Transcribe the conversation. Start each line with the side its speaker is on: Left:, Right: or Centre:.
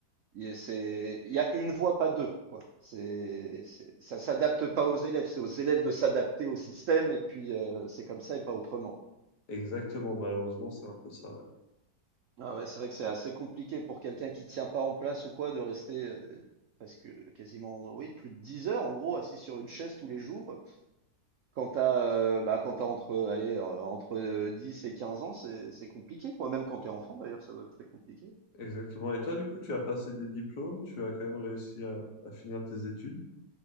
Right: Il c'est- il y a une voix, pas deux, quoi. C'est, c'est- ça s'adapte pas aux élèves, c'est aux élèves de s'adapter au système, et puis euh, c'est comme ça et pas autrement.
Left: Exactement, malheureusement, c'est un peu ça. ouais.
Right: Ah ouais, c'est vrai que c'est assez compliqué pour quelqu'un qui tient pas en place ou quoi de rester euh, presque quasiment, oui, plus de 10 heures en gros assis sur une chaise tous les jours. Quand t'as, euh, bah, quand t'as entre, allez, euh, entre euh, 10 et 15 ans, c'est, c'est compliqué, quoi. Même quand t'es enfant, d'ailleurs, ça doit être très compliqué.
Left: Exactement. Et toi, du coup, tu as passé des diplômes, tu as quand même réussi à, à finir tes études.